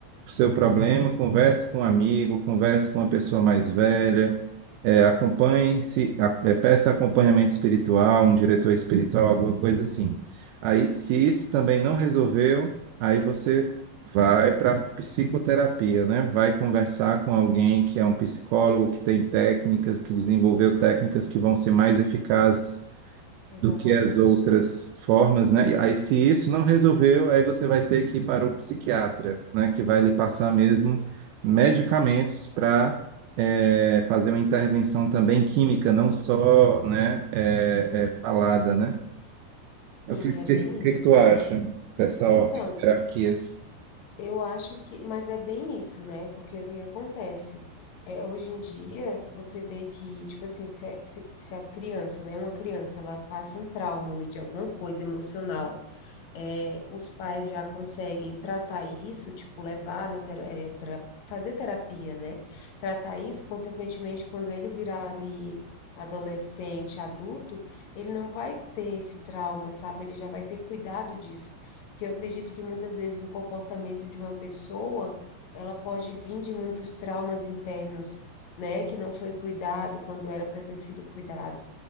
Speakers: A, on the right (about 85°); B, on the left (about 85°).
A: o seu problema, converse com um amigo, converse com uma pessoa mais velha, é, acompanhe-se, a- é, peça acompanhamento espiritual, um diretor espiritual, alguma coisa assim. Aí, se isso também não resolveu, aí você vai para psicoterapia, né? Vai conversar com alguém que é um psicólogo, que tem técnicas, que desenvolveu técnicas que vão ser mais eficazes
B: exatamente.
A: do que as outras formas, né? E aí, se isso não
B: Uhum,
A: resolveu, aí você vai ter que ir para o psiquiatra, né? Que vai lhe passar
B: é.
A: mesmo medicamentos para fazer uma intervenção também química, não só, né? eh,
B: Uhum.
A: eh, falada, né?
B: Sim,
A: O que,
B: é
A: que,
B: bem
A: que
B: isso.
A: que tu acha dessa
B: Então,
A: ordem de hierarquias?
B: eu acho que, mas é bem isso, né? Porque o que que acontece? É, hoje em dia, você vê que, tipo assim, se, a- se, se a criança, né, uma criança, ela passa um trauma ali de alguma coisa emocional, é, os pais já conseguem tratar isso, tipo, levar na tera- é, tera- fazer terapia, né? Tratar isso, consequentemente, quando ele virar ali adolescente, adulto, ele não vai ter esse trauma, sabe? Ele já vai ter cuidado disso. Porque eu acredito que muitas vezes o comportamento de uma pessoa, ela pode vir de muitos traumas internos, né? Que não foi cuidado quando era para ter sido cuidado.